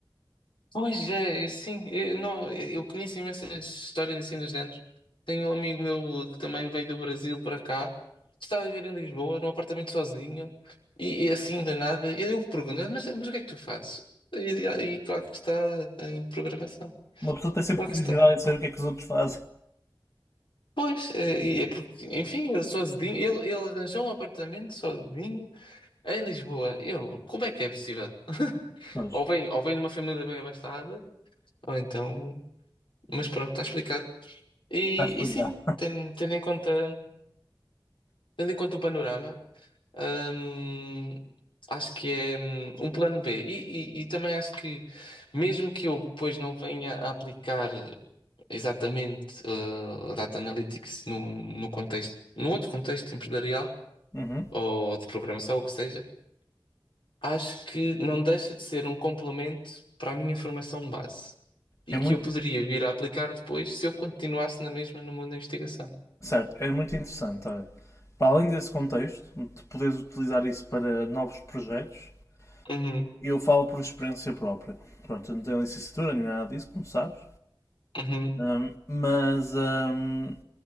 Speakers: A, on the left; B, on the left.
A: Pois é, é sim, eu, não, eu conheço imensas histórias assim do género. Tenho um amigo meu que também veio do Brasil para cá, está a viver em Lisboa, num apartamento sozinho, e, e assim de nada. E eu pergunto, mas, mas o que é que tu fazes? E, e claro que está em programação.
B: Uma pessoa tem sempre
A: Claro
B: curiosidade
A: que está.
B: em saber o que é que os outros fazem.
A: Pois, é, e é porque, enfim, ele sozinho, ele, ele arranjou um apartamento sozinho em Lisboa. Eu, como é que é possível?
B: Pois,
A: Ou vem, ou vem de uma família bem abastada, ou então. Mas pronto, está explicado. E,
B: está a explicar.
A: e sim, ten- tendo, em conta, tendo em conta o panorama, hum, acho que é hum, um plano B. E, e- e também acho que, mesmo que eu depois não venha a aplicar exatamente eh, Data Analytics no, no contexto, num outro contexto empresarial
B: Uhum.
A: ou de programação, ou o que seja, acho que não deixa de ser um complemento para a minha formação base e
B: É
A: que
B: muito,
A: eu poderia vir a aplicar depois se eu continuasse na mesma no mundo da investigação.
B: certo, é muito interessante. olha. Para além desse contexto, de poderes utilizar isso para novos projetos,
A: Uhum,
B: eu falo por experiência própria. Pronto, eu não tenho licenciatura nem nada disso, como sabes.
A: uhum.
B: Ahm, mas ahm,